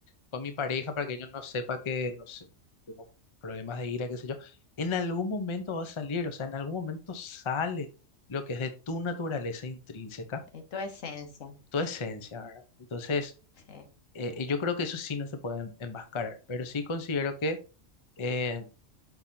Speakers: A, on the left; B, on the left.
A: con mi pareja para que ellos no sepa que, no sé, tengo problemas de ira, qué sé yo, en algún momento va a salir, o sea, en algún momento sale lo que es de tu naturaleza intrínseca,
B: es tu esencia.
A: tu esencia, ¿verdad? Entonces,
B: Sí,
A: eh, eh, yo creo que eso sí no se puede enmascarar, pero sí considero que eh,